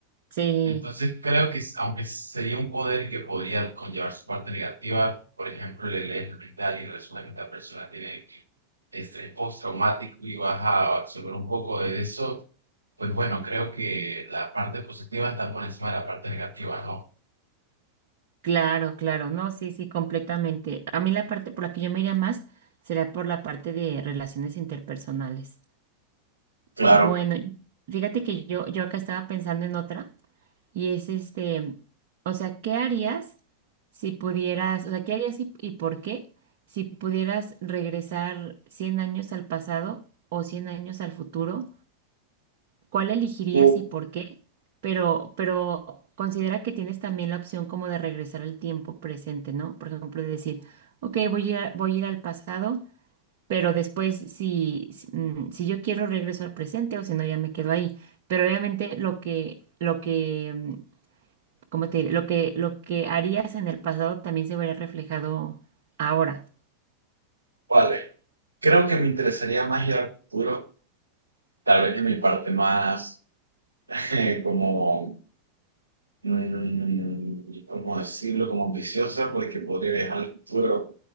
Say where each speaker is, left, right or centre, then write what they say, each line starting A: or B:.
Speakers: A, on the right; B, on the right.
A: sí,
B: Entonces creo que aunque sería un poder que podría conllevar su parte negativa, por ejemplo, le lees la mente a alguien y resulta que esta persona tiene estrés postraumático y vas a absorber un poco de eso, pues bueno, creo que la parte positiva está por encima de la parte negativa, ¿no?
A: claro, claro, no, sí, sí, completamente. A mí la parte por la que yo me iría más será por la parte de relaciones interpersonales.
B: Claro.
A: Bueno, fíjate que yo, yo acá estaba pensando en otra. Y es este, o sea, ¿qué harías si pudieras, o sea, qué harías y, y por qué si pudieras regresar 100 años al pasado o 100 años al futuro? ¿Cuál elegirías
B: Uh,
A: y por qué? Pero, pero considera que tienes también la opción como de regresar al tiempo presente, ¿no? Por ejemplo, de decir, ok, voy a, voy a ir al pasado, pero después si, si mm, si yo quiero regreso al presente o si no, ya me quedo ahí. Pero obviamente lo que, lo que mm, como te diré, lo que, lo que harías en el pasado también se vería reflejado ahora.
B: vale. Creo que me interesaría más ir al futuro, tal vez en mi parte más <laughs> eh, como mm, ¿cómo decirlo? Como ambiciosa, porque podría viajar al futuro.